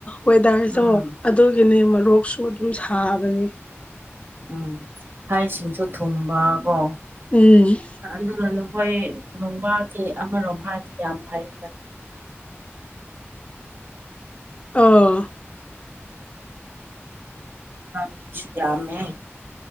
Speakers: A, on the left; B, on the right.
A: ꯋꯦꯗꯔꯗꯣ
B: ꯎꯝ
A: ꯑꯗꯨꯒꯤꯅꯦ ꯃꯔꯣꯛꯁꯨ ꯑꯗꯨꯝ ꯁꯥꯕꯅꯤ꯫
B: ꯎꯝ ꯍꯩꯁꯤꯡꯁꯨ ꯊꯨꯝꯕꯥ ꯀꯣ꯫
A: ꯎꯝ꯫
B: ꯑꯗꯨꯒ ꯅꯈꯣꯏ ꯅꯣꯡꯕꯥꯗꯤ ꯑꯃꯔꯣꯝ ꯍꯥꯏꯔꯗꯤ ꯌꯥꯝ ꯐꯩꯗ꯫ <inaudible>
A: ꯑꯣ
B: ꯂꯝꯕꯤꯁꯨ ꯌꯥꯝꯃꯦ꯫